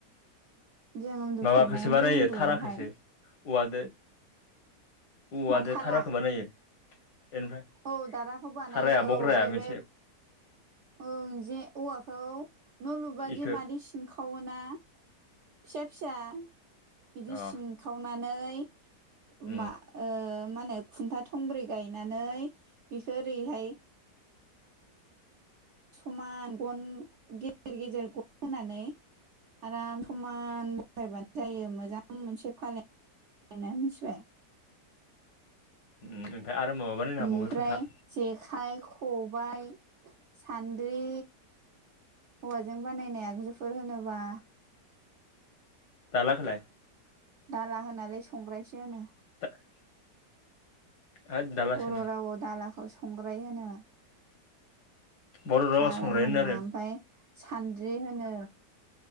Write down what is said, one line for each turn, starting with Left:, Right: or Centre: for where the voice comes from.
Right: जों उन्दुफेरनाय
Left: माबाखौसो
Right: उन्दै
Left: बानायो
Right: उन्दैयावहाय
Left: थाराखौसो औवादो औवादो
Right: मा धारा
Left: धारखौ बानायो। बेनिफ्राय
Right: औ दाराखौ बानायो
Left: थाराया बग्राया
Right: औ बे
Left: मोनसे
Right: बे ओं जे औवाखौ न' लुबादि
Left: इखो
Right: मादि सिनखावोना फिसा फिसा बिदि
Left: अ
Right: सिन खावनानै
Left: उम
Right: मा खुनथा थंब्रै गाय गायनानै बिखौ ओरैहाय समान गन गेजेर गेजेर गन होनानै आराम समान बायबानो जायो मोजां मोनसे फालें ा मिथिबाय।
Left: ओमफ्राय आरो माबाबानो होनांबावो
Right: ओमफ्राय
Left: खोन्था
Right: जेखाइ खबाय सान्द्रि हौवाजों बानायनाय आगजुफोर होनोबा
Left: दाला खालाय
Right: दाला होनालै संग्रायसो होनो।
Left: <inaudible> होद दालासोनो
Right: बर' रावआव दालाखौ संग्राय होनो
Left: बर' रावाव
Right: दाला
Left: संग्राय
Right: होना
Left: होनो आरो
Right: ओमफ्राय सान्द्रि होनो।